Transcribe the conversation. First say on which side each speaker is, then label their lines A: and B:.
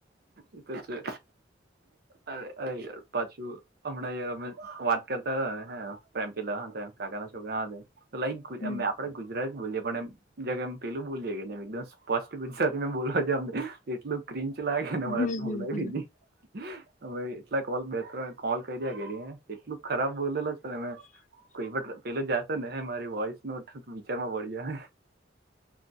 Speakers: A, on the right; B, on the left.
A: એતો છે અરે અરેયાર પાછું હમણાં અમે વાત કરતા હતા પ્રેમ પીલા હાથે કાકા છોકરા હાતે તો લાઈક
B: હમ
A: આપડે ગુજરા બોલીએ પણ એમ જક એમ પેલું બોલીએ કે એકદમ સ્પષ્ટ ગુજરાતીમે બોલવા જામ ને એટલું ક્રિંચ લાગેને મારે
B: હમ હમ
A: બોલાય
B: હમ
A: બી ની એટલા કોલ બે ત્રણ કોલ કરીયા કરયે એટલું ખરાબ બોલેલ છે, ને મે કોઈ પણ પેલો જાશે ને હે મારી વોઈસ નોટ વિચારમાં પડી જાહે